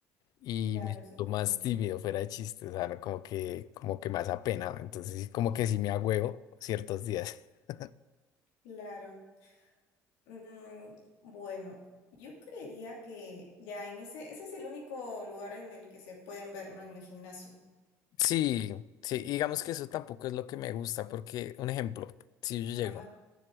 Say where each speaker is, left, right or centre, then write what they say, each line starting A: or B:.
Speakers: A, on the left; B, on the left.
A: y
B: claro,
A: me siento
B: sí te
A: más
B: entiendo.
A: tímido, fuera de chiste, o sea, no, como que, como que más apenado, entonces sí, como que sí me agüeo ciertos días. <laughs>
B: Claro. Mm, bueno, yo creería que ya en ese, ese es el único lugar en el que se pueden ver, ¿no? En el gimnasio.
A: Sí, sí, y digamos que eso tampoco es lo que me gusta, porque un ejemplo, si yo llego
B: Ajá,